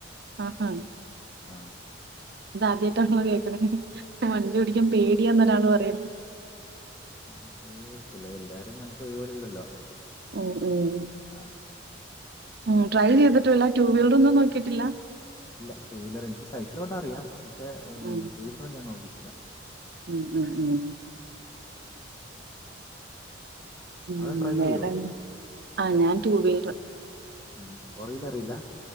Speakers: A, on the right; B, on the left.
A: ആ ആ
B: ആ
A: അത് ആദ്യമായിട്ടാണല്ലോ കേക്കുന്നെ ഇപ്പൊ വണ്ടി ഓടിക്കാൻ പേടിയാന്ന് ഒരാള് ശരി
B: ആ ചില എല്ലാ രുടെയും മനസ്സ് ഒരുപോലെ അല്ലല്ലോ
A: ഉം ഉം
B: ആ
A: ഉം ട്രൈ ചെയ്തിട്ടില്ല ടു വീലർ ഒന്നും നോക്കിയിട്ടില്ല
B: ഇല്ല ടു വീലർ എനിക്ക് സൈക്കിളോട്ടാൻ അറിയാം പക്ഷെ
A: ഉം
B: ടു വീലറൊന്നും ഞാൻ നോക്കിട്ടി ല്ല
A: ഉം ഉം ഉം ഉം
B: അവിടെ ഡ്രൈവ്
A: വേറെന്നാ
B: ചെയ്യോ
A: ആ ഞാൻ ടൂ വീലർ
B: ഉം ഫോർ വീലറിയില്ല